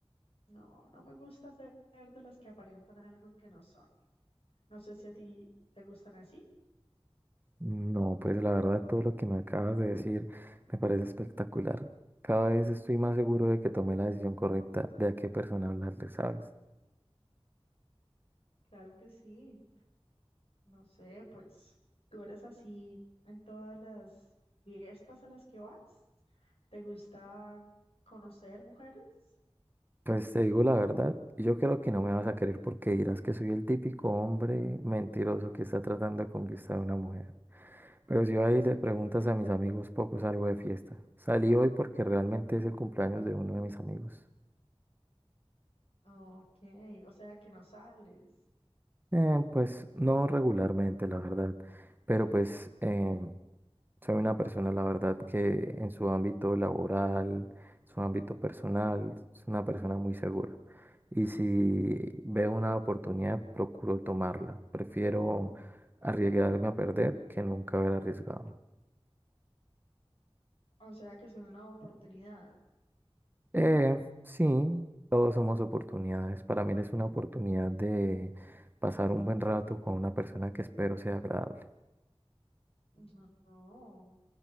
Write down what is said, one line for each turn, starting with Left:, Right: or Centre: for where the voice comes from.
Left: No, no me gusta ser de las que aparentan algo que no son. No sé si a ti te gustan así.
Right: No, pues la verdad todo lo que me acabas de decir me parece espectacular. Cada vez estoy más seguro de que tomé la decisión correcta de a qué persona hablarle, ¿sabes?
Left: Claro que sí. No sé, pues tú eres así en todas las fiestas a las que vas. ¿Te gusta conocer mujeres?
Right: Pues te digo la verdad, yo creo que no me vas a querer porque dirás que soy el típico hombre mentiroso que está tratando de conquistar a una mujer. Pero si ahí le preguntas a mis amigos, poco salgo de fiesta. Salí hoy porque realmente es el cumpleaños de uno de mis amigos.
Left: Ok, o sea que no sales.
Right: Eh, pues no regularmente, la verdad, pero pues eh, soy una persona, la verdad, que en su ámbito laboral, su ámbito personal, es una persona muy segura. Y si veo una oportunidad, procuro tomarla. Prefiero arriesgarme a perder que nunca haber arriesgado.
Left: O sea que es una oportunidad.
Right: Eh, sí, todos somos oportunidades. Para mí es una oportunidad de pasar un buen rato con una persona que espero sea agradable.
Left: No, no,